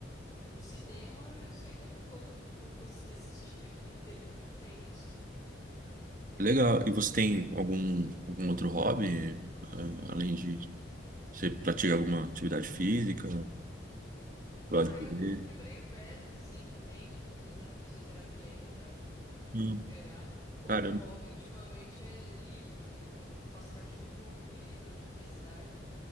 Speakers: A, on the left (about 20°); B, on the right (about 45°).
A: é, no cinema eu sei que eu não vou, <laughs> não vou conseguir assistir. Aqui no interior não tem isso.
B: Legal. E você tem algum, algum outro hobby, ah, além de. Você pratica alguma atividade física? Gosta
A: Ah, eu,
B: de ler?
A: eu quebrei o pé recentemente, Estou fazendo fisioterapia ainda para para recuperar.
B: Hum,
A: Então,
B: caramba.
A: o meu hobby ultimamente é livro. Eu, eu t- faço parte de um clube do livro aqui na minha cidade.